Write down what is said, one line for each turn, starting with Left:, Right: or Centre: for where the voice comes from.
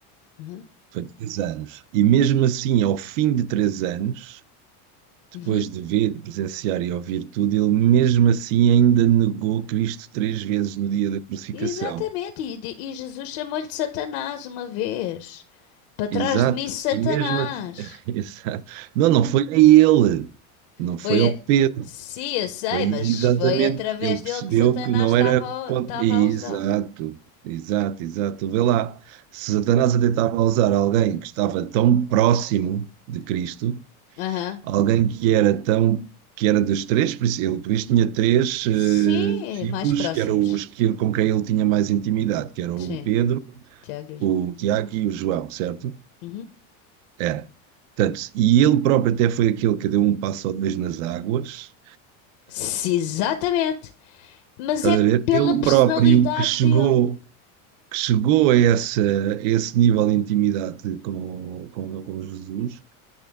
Left: Uhum.
Right: foi três anos. E mesmo assim, ao fim de três anos, depois
Left: Uhum.
Right: de ver, de presenciar e ouvir tudo, ele mesmo assim ainda negou Cristo três vezes no dia da crucificação.
Left: Exatamente. E, de- e Jesus chamou-lhe de Satanás uma vez. Para trás
Right: Exato,
Left: de mim, Satanás.
Right: e mesmo assim, <laughs> exato. Não, não foi a ele, não
Left: Foi.
Right: foi ao
Left: a-
Right: Pedro,
Left: Sim, eu sei,
Right: foi exatamente,
Left: mas foi através
Right: ele percebeu
Left: dele que Satanás
Right: que não
Left: estava,
Right: era. ponto-
Left: a- estava
Right: Exato,
Left: a usá-lo.
Right: exato, exato. Vê lá, se Satanás até estava a usar alguém que estava tão próximo de Cristo
Left: Aham.
Right: Alguém que era tão, que era dos três, por isso- ele por isso tinha três eh,
Left: Sim,
Right: filhos,
Left: mais próximos.
Right: que eram os que, com quem ele tinha mais intimidade, que eram
Left: Sim,
Right: o Pedro,
Left: Tiago e João.
Right: o Tiago e o João, certo?
Left: Uhum.
Right: Era. Portanto, e ele próprio até foi aquele que deu um passo ou dois nas águas,
Left: Sim, exatamente. Mas
Right: estás
Left: é
Right: a ver?
Left: pela
Right: Ele
Left: personalidade
Right: próprio que chegou,
Left: dele.
Right: que chegou a essa, a esse nível de intimidade com, com, com Jesus,